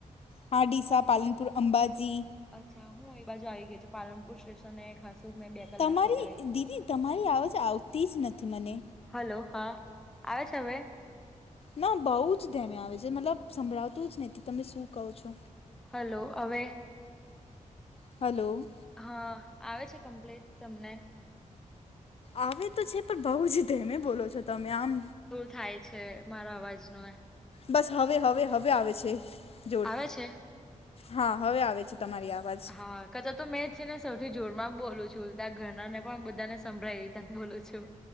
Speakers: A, on the left; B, in the centre.
A: હા ડીસા, પાલનપુર, અંબાજી.
B: અચ્છા હું એ બાજુ આવી ગય છું પાલનપુર સ્ટેશન એ ખાસું મેં કલાક
A: તમારી
B: વિતાવી છે
A: દીદી તમારી આવવાજ આવતી જ નથી મને
B: હલો હા આવે છે હવે.
A: ના બહુ જ ધમે આવે છે મતલબ સંભળાવતું જ નહ તમે શું કહો છો.
B: હલો હવે.
A: હલો.
B: હા આવે છે કમ્પ્લીટ તમને.
A: આવે તો છે પણ બઉ જ ધમે બોલો છો તમે આમ
B: દૂર થાય છે મારો અવાજ નો
A: બસ હવે હવે હવે આવે છે જોડ
B: આવે છે
A: હા હવે આવે છે તમારી અવાજ.
B: હા કચા તો મેં જ છે ને સૌથી જોર માં બોલું છું ત્યાં ઘરનાને પણ બધાને સંભળાવી ત બોલું છું.